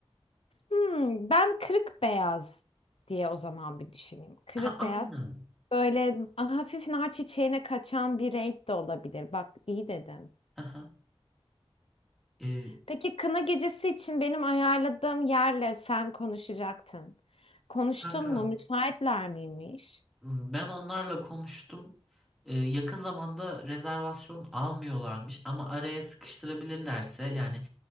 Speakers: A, on the left (about 65°); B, in the centre.
A: Hmm, ben kırık beyaz diye o zaman bir düşüneyim. Kırık
B: Ha aynen.
A: beyaz böyle hafif nar çiçeğine kaçan bir renk de olabilir. Bak iyi dedin.
B: Aha. E,
A: Peki kına gecesi için benim ayarladığım yerle sen konuşacaktın. Konuştun
B: kanka
A: mu? Müsaitler miymiş?
B: Ben onlarla konuştum. Ee, yakın zamanda rezervasyon almıyorlarmış ama araya sıkıştırabilirlerse yani